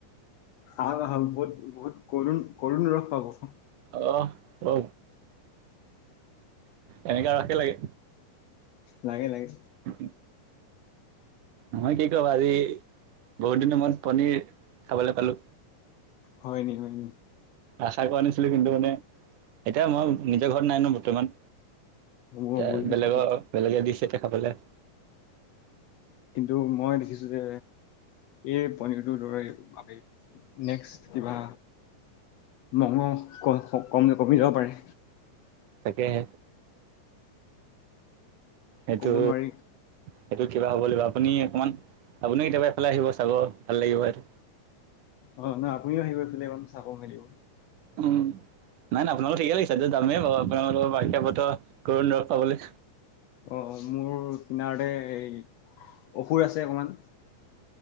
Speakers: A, on the left (about 80°); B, on the right (about 70°).
A: ভাল ভাল বহুত বহুত ক কৰুণ ৰস পাব
B: আহ হ এনেকা ৰসহে লাগে
A: লাগে লাগে
B: উ মহই কি কওঁ আজি বহুত দিনৰ ময়ত পনিৰ খাবলৈ পালো
A: হয় নি হয় নি
B: আশা কৰা নিছিলো কিন্তু মানে এতিয়া মই নিজৰ ঘৰত নাই ন বৰ্তমান
A: মই
B: এ
A: বুজিছো
B: বেলেগৰ বেলেগে দিছে দেখাবলৈ
A: কিন্তু মই দেখিছো যে এই পনীৰটোৰ দৰে নেক্স কিবা মগ ক কম কমি যাব পাৰে
B: তাকেহে এইটো
A: ক'ব নোৱাৰি
B: সেইটো কিবা হ'ব লাগিব আপুনি অকমান আপুনিও কেতিয়াবাৰে এইফালে আহিব চাব ভাল লাগিব সেইটো
A: অ নাই আপুনিও আহিব এক চাব মেলিব
B: উম নাই নাই আপোনালোক ঠিকে লাগিছে যামেই বাৰু আপোনালোকৰ বাৰিষা বতৰ গৰুণ দৰৱ পাবলৈ
A: অ মোৰ কিনাৰতে এই অসুৰ আছে কমান